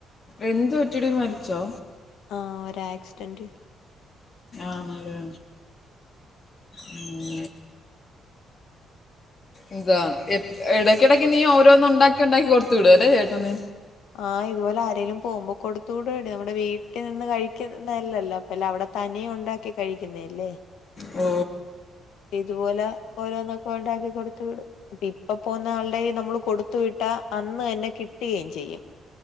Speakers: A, on the left; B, on the left.
A: എന്ത് പറ്റിയെടി? മരിച്ചോ?
B: ആഹ് ഒര് ആക്സിഡന്റ്.
A: ആണല്ലേ. ഉം എന്താ ഇടക്കിടയ്ക്ക് നീ ഓരോന്ന് ഉണ്ടാക്കി ഉണ്ടാക്കി കൊടുത്ത വിടും അല്ലേ ചേട്ടന്.
B: ആഹ് ഇതുപോലെ ആരേലും പോകുമ്പോ കൊടുത്തോ വിടുവെടി നമ്മുടെ വീട്ടിൽ നിന്ന് കഴിക്കുന്നെയല്ലല്ലോ അല്ല അവിടെ തനിയെ ഉണ്ടാക്കി കഴിക്കുന്നെയല്ലേ
A: ഓ
B: ഇതുപോലെ ഓരോന്നൊക്കെ ഉണ്ടാക്കി കൊടുത്ത് വിടും പ്പം ഇപ്പം പോന്ന ആളുടെ കയ്യില് നമ്മള് കൊടുത്തു വിട്ടാ അന്ന് തന്നെ കിട്ടുകയും ചെയ്യും